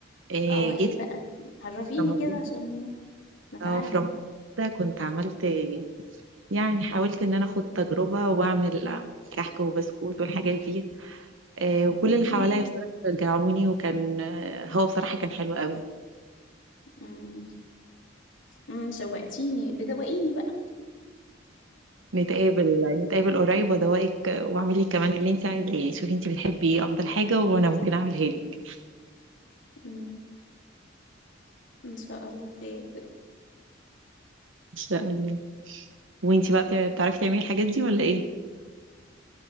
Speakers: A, on the right (about 80°); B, on the left (about 75°).
A: إيه،
B: اه ايه
A: جيت
B: بقى عرفيني
A: في رمضان
B: كده عشان نتعلم
A: اه في رمضان ده كنت عملت يعني حاولت إن أنا أخد تجربة وأعمل كحك وبسكوت والحاجات دي إيه، وكل اللي
B: امم
A: حواليا بصراحة شجعوني وكان آه، هو بصراحة كان حلو قوي
B: امم أمم، شوقتيني بدوقيني بقى
A: نتقابل نتقابل قريب وادوقك واعمل لك كمان اللي انت عايزاه يعني شوفي انت بتحبي ايه افضل حاجه وانا ممكن اعملها لك ان
B: امم ان شاء الله خير
A: شاء الله وانت بقى بتع- بتعرفي تعملي الحاجات دي ولا ايه